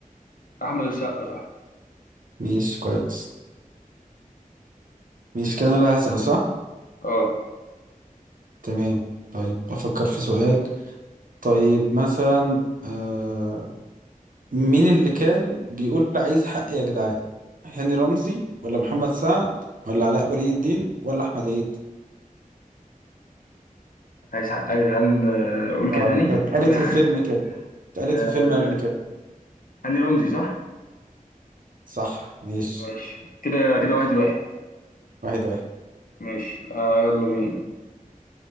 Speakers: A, on the left; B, on the right.
A: احمد السقا صح
B: ماشي كويس ماشي كده انا اللي هسال صح
A: اه
B: تمام طيب بفكر في سؤال طيب مثلا آه مين اللي كان بيقول عايز حق يا جدعان هاني رمزي ولا محمد سعد ولا علاء ولي الدين ولا احمد عيد
A: عايز حق يا جدعان آه، قول كده
B: اه
A: تاني
B: كانت اتقالت
A: قول <laughs>
B: في فيلم كده اتقالت
A: آه،
B: في فيلم قبل كده
A: هاني رمزي صح
B: صح ماشي
A: ماشي كده كده واحد واحد
B: واحد واحد
A: ماشي آه يلا بينا